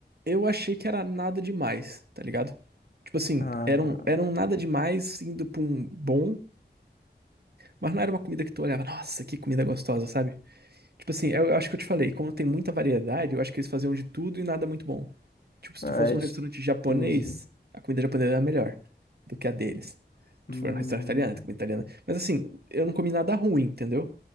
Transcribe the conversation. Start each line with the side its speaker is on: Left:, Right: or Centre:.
Right: eu achei que era nada demais, tá ligado? Tipo assim,
Left: Ah,
Right: eram, eram nada demais indo pra um bom, mas não era uma comida que tu olhava, nossa, que comida gostosa, sabe? Tipo assim, eu, eu acho que eu te falei, quando tem muita variedade, eu acho que eles faziam de tudo e nada muito bom. Tipo, se
Left: ah
Right: tu fosse
Left: eu
Right: num
Left: te-
Right: restaurante japonês,
Left: entendi.
Right: a comida japonesa era melhor do que a deles.
Left: Hum...
Right: Tu for num restaurante italiano, tem comida italiana. Mas assim, eu não comi nada ruim, entendeu?